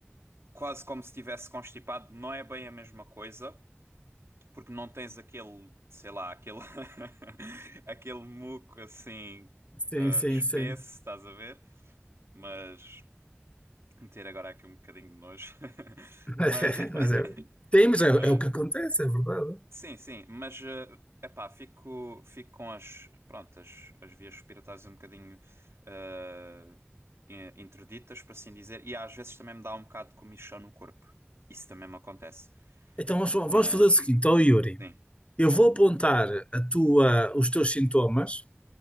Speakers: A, on the right (about 85°); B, on the left (about 25°).
A: Quase como se estivesse constipado, não é bem a mesma coisa, porque não tens aquele, sei lá, aquele, <laughs> aquele muco assim,
B: Sim,
A: ah,
B: sim,
A: espesso,
B: sim.
A: estás a ver? Mas. ter agora aqui um bocadinho de nojo. <laughs>
B: <laughs> Mas
A: Mas,
B: é,
A: <laughs>
B: sim, mas é,
A: mas
B: é o que acontece, é verdade.
A: sim, sim, mas eh, epá, fico, fico com as, pronto, as, as vias respiratórias um bocadinho eh, in- interditas, por assim dizer, e às vezes também me dá um bocado de comichão no corpo. Isso também me acontece.
B: Então vamos,
A: Mas
B: vamos fazer o seguinte, ó Yuri.
A: sim,
B: Eu vou apontar a tua, os teus sintomas,